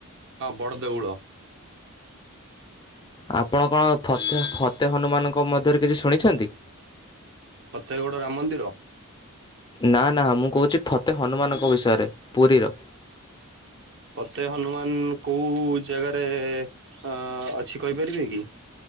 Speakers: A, on the right; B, on the left.
A: ହଁ ବଡ଼ ଦେଉଳ।
B: ଆପଣ କଣ ଫତେ ଫତେ ହନୁମାନଙ୍କ ମଧ୍ୟରେ କିଛି ଶୁଣିଚନ୍ତି?
A: ଫତେଗଡ଼ ରାମ ମନ୍ଦିର।
B: ନା ନା ମୁଁ କହୁଛି ଫତେ ହନୁମାନଙ୍କ ବିଷୟରେ ପୁରୀର।
A: ଫତେ ହନୁମାନ କୋଉ ଜାଗାରେ ଆ ଅଛି କହିପାରିବେ କି?